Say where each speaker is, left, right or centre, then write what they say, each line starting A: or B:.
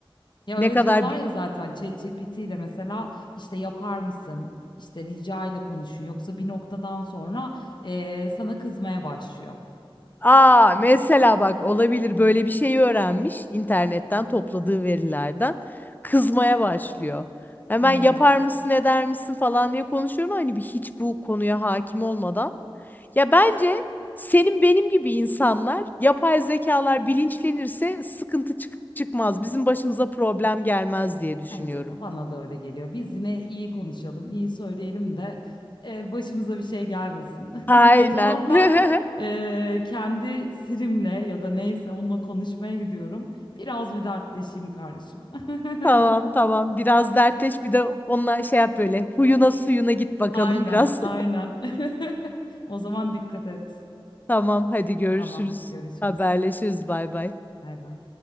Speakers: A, on the left; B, on the left.
A: Ya
B: Ne
A: öyle
B: kadar
A: diyorlar ya zaten ChatGPT ile mesela işte yapar mısın? İşte rica ile konuşun yoksa bir noktadan sonra eee, sana kızmaya başlıyor.
B: Aa, mesela bak olabilir böyle bir şeyi öğrenmiş internetten topladığı verilerden kızmaya başlıyor. Hemen
A: Aynen.
B: yapar mısın eder misin falan diye konuşuyorum ama hani bir hiç bu konuya hakim olmadan. Ya bence senin benim gibi insanlar yapay zekalar bilinçlenirse sıkıntı çık çıkmaz. Bizim başımıza problem gelmez diye düşünüyorum.
A: Bence de bana da öyle geliyor. Biz yine iyi konuşalım, iyi söyleyelim de eee, başımıza bir şey gelmesin.
B: Aynen.
A: <laughs> O zaman ben
B: <laughs>
A: eee, kendi Siri'mle ya da neyse onunla konuşmaya gidiyorum. Biraz bir dertleşeyim kardeşim.
B: Tamam
A: <laughs>
B: tamam biraz dertleş bir de onunla şey yap böyle huyuna suyuna git bakalım
A: Aynen,
B: biraz.
A: aynen. <laughs> O zaman dikkat et.
B: Tamam hadi görüşürüz.
A: Tamam, görüşürüz.
B: Haberleşiriz bay bay.
A: Bay bay.